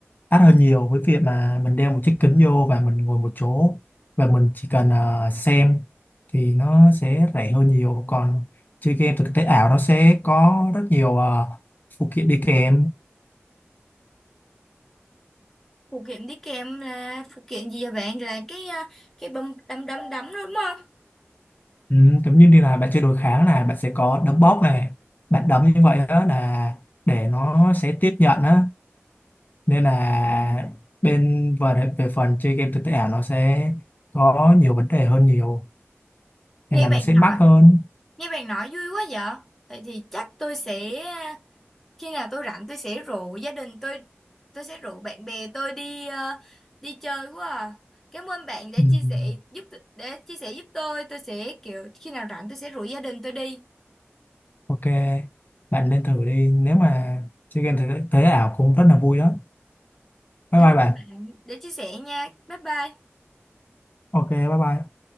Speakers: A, on the left; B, in the centre.
A: đắt hơn nhiều với việc mà mình đeo một chiếc kính vô và mình ngồi một chỗ và mình chỉ cần ờ, xem thì nó sẽ rẻ hơn nhiều còn chơi game thực tế ảo nó sẽ có rất nhiều ờ, phụ kiện đi kèm
B: phụ kiện đi kèm là phụ kiện gì vậy bạn là cái à, cái bấm đấm đấm đấm đó đúng không
A: ừ, giống như đi là bạn chơi đối kháng này bạn sẽ có đấm bóp này bạn đấm như vậy đó là để nó sẽ tiếp nhận á nên là bên về về phần chơi game thực tế ảo nó sẽ có nhiều vấn đề hơn nhiều
B: nghe
A: nên là
B: bạn
A: nó sẽ
B: nói
A: mắc hơn
B: nghe bạn nói vui quá vậy thì, thì chắc tôi sẽ khi nào tôi rảnh tôi sẽ rủ gia đình tôi tôi sẽ rủ bạn bè tôi đi ờ, đi chơi quá à. Cảm ơn bạn đã
A: Ừ. Ừ.
B: chia sẻ giúp để chia sẻ giúp tôi tôi sẽ kiểu khi nào rảnh tôi sẽ rủ gia đình tôi đi
A: Ok, bạn lên thử đi. Nếu mà chơi game thế, thế ảo cũng rất là vui đó. Bye
B: cảm
A: bye
B: ơn
A: bạn.
B: bạn để chia sẻ nha bye bye
A: Ok, bye bye.